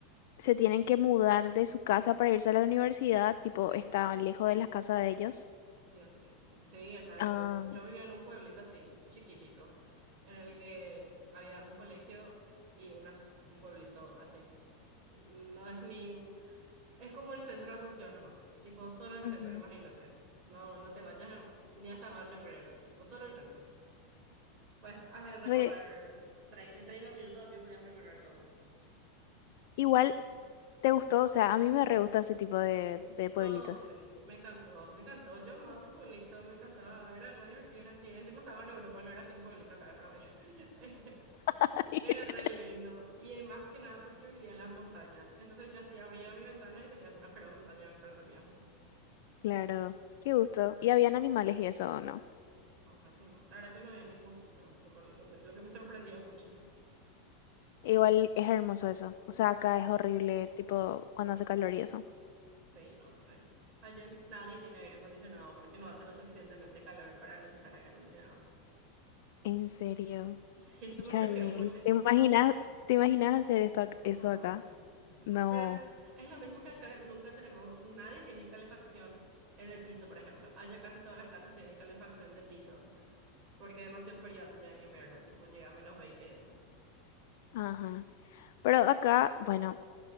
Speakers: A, on the left (about 65°); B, on the right (about 45°).
A: se tienen que mudar de su casa para irse a la universidad, tipo,
B: Sí.
A: está lejos de la casa de ellos.
B: Yo sé. Sí, Israel
A: Ah,
B: re Yo vivía en un pueblito así, chiquitito, en el que había un colegio y unas- un pueblito así. No es ni... Es como el centro de Asunción nomás. Tipo, solo el
A: ujú.
B: centro, imagínate. No, no te vayas ni hasta Barrio Obrero. Tipo, solo el centro. Pues has de recorrer...
A: Re-
B: tre- En 30 minutos a pie podías recorrer todo.
A: igual, ¿te gustó? O sea, a mí me re gusta ese tipo de, de
B: No,
A: pueblitos.
B: sí, me encantó, me encantó. Yo amaba mi pueblito, me encantaba, era re divertido, era así. Encima estaba en Europa, no era así un pueblito acá de Paraguay. <laughs>
A: <laughs>
B: Era re lindo y eh, más que nada porque vivía en las montañas. Entonces yo así abría mi ventana y tenía una feroz montaña enfrente mío.
A: Claro, qué gusto. ¿Y habían animales y eso o no?
B: No, casi no. La verdad que no había ni mosquitos, lo, cual- lo que, lo que me sorprendía mucho.
A: Igual es hermoso eso. O sea, acá
B: Sí,
A: es horrible, tipo, cuando hace calor y eso.
B: sí, no, re. Allá n- nadie tiene aire acondicionado porque no hace lo suficientemente calor para necesitar aire acondicionado. <laughs>
A: En serio,
B: Sí, eso
A: hija
B: me choqueó
A: de mil.
B: muchísimo.
A: ¿Te imaginas, te imaginas hacer esto, ac-
B: No,
A: eso acá?
B: no.
A: No.
B: Pero es es lo mismo que acá nunca tenemos, nadie tiene calefacción en el piso, por ejemplo. Allá casi todas las casas tienen calefacción de piso. Porque demasiado frío hace ya en invierno, tipo llega a menos veinte y eso.
A: Ajá. Pero acá, bueno,